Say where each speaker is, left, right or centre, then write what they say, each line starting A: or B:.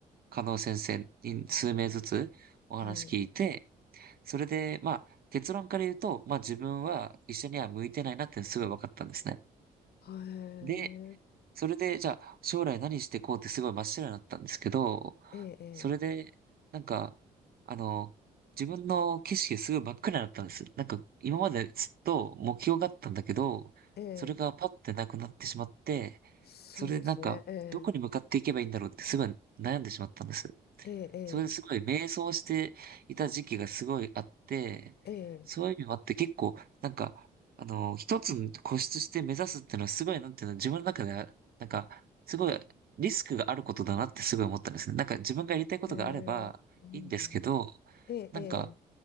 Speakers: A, on the right (about 45°); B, on the left (about 50°).
A: 加納先生に数名ずつお話聞いて、
B: はい、
A: それで、まあ、結論から言うと、まあ自分は医者には向いてないなってすごい分かったんですね。
B: はい、
A: で、それで、じゃあ、将来何してこうってすごい真っ白になったんですけど、
B: ええ、
A: それで、なんか、あの、自分の景色がすごい真っ暗になったんです。なんか、今までずっと目標があったんだけど、
B: ええ、
A: それがパッてなくなってしまって、
B: ええそうですね、
A: それでなんか、
B: え
A: どこに向かっていけばいいんだろうってすごい悩んでしまったんです。
B: え、ええ、
A: それですごい迷走していた時期がすごいあって、
B: ええ、
A: そういう意味もあって結構、なんか、あの、一つ固執して目指すっていうのはすごい、なんていうの、自分の中では、なんか、すごいリスクがあることだなってすごい思ったんですね。なんか自分がやりたいことがあればいいんですけど、
B: ええ、うんええ、
A: なんか、
B: え